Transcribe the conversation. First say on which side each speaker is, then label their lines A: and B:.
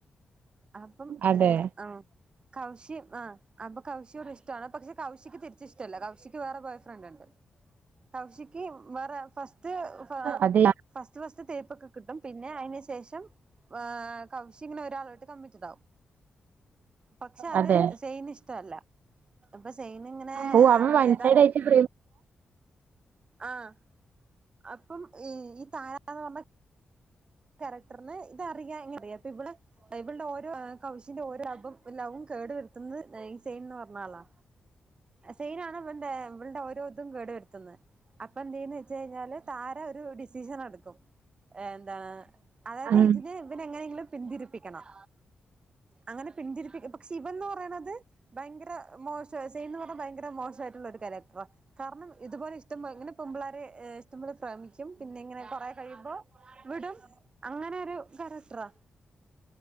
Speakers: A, on the right; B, on the right.
A: അപ്പം
B: അതെ
A: ഇത് കാ ആഹ് കൗശി ആ അപ്പൊ കൗശിയോട് ഇഷ്ടാണ് പക്ഷെ കൗശിക്ക് തിരിച്ചിഷ് ഇഷ്ടല്ല കൗശിക്ക് വേറെ ബോയ് ഫ്രണ്ട്ണ്ട് കൗശിക്ക് വേറെ ഫസ്റ്റ് ത് ഫാ
B: അത്
A: ഫസ്റ്റ് ഫസ്റ്റ് തേപ്പൊക്കെ കിട്ടും പിന്നെ അതിനു ശേഷം ആഹ് കൗശിങ്ങനെ ഒരാൾ ട്ത് കമ്മിറ്റടാവും പക്ഷെ അത്
B: അതെ
A: സെയിന് ഇഷ്ട്ടല്ലാ അപ്പൊ സെയിൻങ്ങനെ
B: ഓ അവൻ
A: അവനെ
B: വൺ
A: ഇതാക്ക
B: സൈഡ് ആയിട്ട് പ്ര
A: ആഹ് അപ്പം ഈ താരന്ന് പറഞ്ഞ ക്യാരക്ടർന് ഇത് അറിയാം ഇങ്ങനെ അറിയാം അപ്പൊ ഇവള് ഇവള്ടെ ഓരോ കൗശിന്റെ ഓരോ ലബും ലൗവും കേടു വരുത്തുന്നത് സെയിൻന്ന് പറഞ്ഞ ആളാ സെയിനാണ് വൻ്റെ വളടെ ഓരോതും കേടു വരുത്തുന്നത് അപ്പൊ എന്ത ചെയന്ന് ച്ചെഴിഞ്ഞാല് താര ഒരു ഡിസിഷൻ എടുക്കും എന്താ അതായത്
B: ഉം
A: ഇതിനെ
B: ഉം
A: ഇവനങ്ങനെങ്കിലും പിന്തിരിപ്പിക്കണം അങ്ങനെ പിന്തിരിപ്പിക്ക് പക്ഷെ ഇവന്ന് പറയണത് ഭയങ്കര മോശം സൈൻന്ന് പറഞ്ഞ ഭയങ്ക ങ്കര മോശായിട്ടുള്ളരു ക്യാരക്ടറാ കാരണം ഇതുപോലെ ഇഷ്ടം പോലെ ങ്ങനെ പെൺപിള്ളാരെ ഇഷ്ടംപോലെ പ്രേമിക്കും പിന്നെ ഇങ്ങനെ കുറേ കഴിയുമ്പോ വിടും അങ്ങനൊരു കാരക്ട്റാ